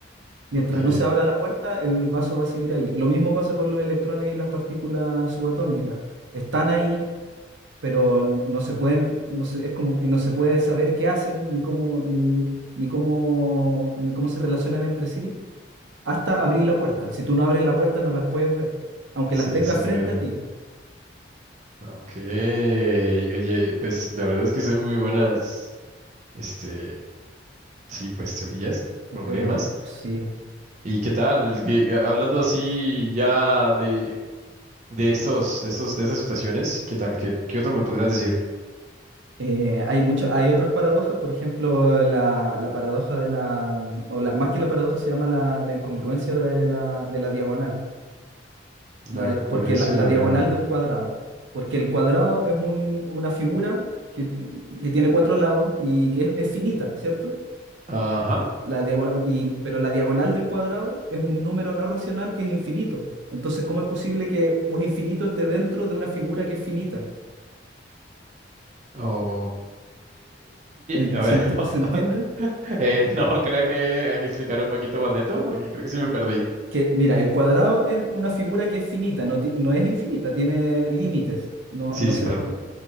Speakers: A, on the right; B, on the right.
A: Mientras
B: Ok,
A: no Mm. se abra la puerta, el vaso va a seguir ahí. Lo mismo pasa con los electrones y las partículas subatómicas. Están ahí, pero no se pueden, no se- es como que no se puede saber qué hacen, ni cómo, ni, ni cómo, ni cómo se relacionan entre sí, hasta abrir la puerta. Si tú no abres la puerta, no las puedes ver, aunque
B: sí,
A: las tengas
B: sí, claro.
A: frente a ti.
B: Ok, oye, pues la verdad es que son muy buenas, este, sí, pues teorías,
A: Anterior-
B: problemas.
A: sí.
B: ¿Y qué tal? Que, a- hablando así ya de, de estos, de estos, de esas situaciones, ¿qué tal? ¿Qué, qué otro me podrías decir?
A: Eh, hay mucho, hay otras paradojas, por ejemplo, la, la paradoja de la, mm, o la, más que la paradoja se llama la, la incongruencia de la, de la diagonal, La
B: La
A: de-
B: incongruencia
A: porque la, la
B: de la
A: diagonal
B: diagonal.
A: de un cuadrado, porque el cuadrado es un- una figura que, mm, que tiene cuatro lados y que es, es finita, ¿cierto?
B: Ajá.
A: La diagonal, y, pero la diagonal del cuadrado es un número no racional que es infinito. Entonces, ¿cómo es posible que un infinito esté dentro de una figura que es finita?
B: Ok.
A: Eh,
B: A
A: ¿Se
B: ver,
A: enti- se entiende?
B: <laughs> eh, no, creo que hay que explicar un poquito más dentro porque creo que sí me perdí.
A: Que, mira, el cuadrado es una figura que es finita, no, ti- no es infinita, tiene límites. No,
B: Sí,
A: no
B: sí,
A: se
B: claro.
A: pu-